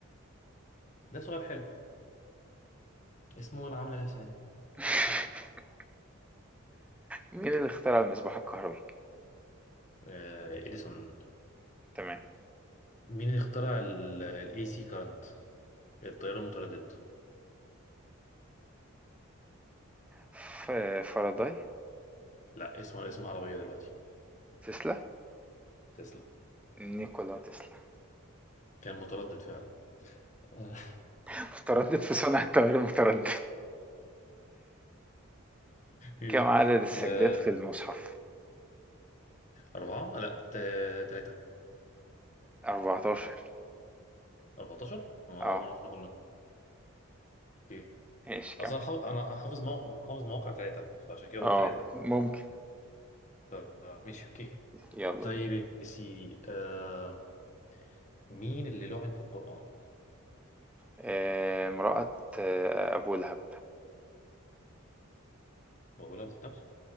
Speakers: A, on the left; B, in the centre.
A: ده سؤال حلو اسمه وانا عامله نفسي نايمه
B: <laughs> مين اللي اخترع المصباح الكهربي
A: آه اديسون
B: تمام
A: مين اللي اخترع ال ال AC current التيار المتردد
B: ف- فاراداي
A: لا اسمه على اسم عربية دلوقتي
B: تسلا
A: تسلا
B: نيكولا تسلا
A: كان متردد فعلا <laughs> آه.
B: <laughs> متردد في صنع التيار المتردد
A: ماشي
B: كم عدد السجدات
A: آه،
B: في المصحف
A: أربعة لا تا- تلاتة
B: 14
A: أربعتاشر أنا
B: اه
A: أول مرة في الرقم ده أوكي
B: ماشي كمل
A: أصلا حافظ أنا حافظ موقع حافظ مواقع تلاتة فعشان كده قلت
B: اه
A: تلاتة
B: ممكن
A: ف- ماشي أوكي
B: يلا
A: طيب
B: بينا
A: يا سيدي آه، مين اللي لعن في القرآن؟
B: آه، امرأة آه، أبو لهب
A: موجودة بذات نفسه؟